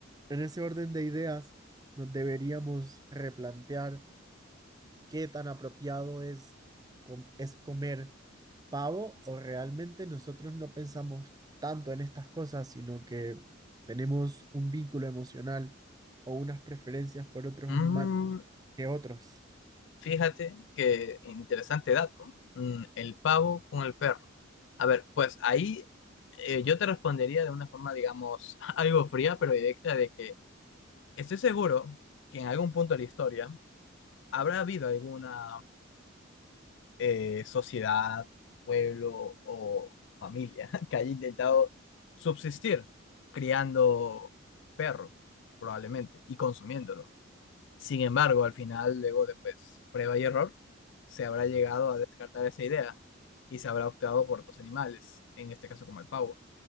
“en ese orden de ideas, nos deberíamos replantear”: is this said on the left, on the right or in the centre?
Right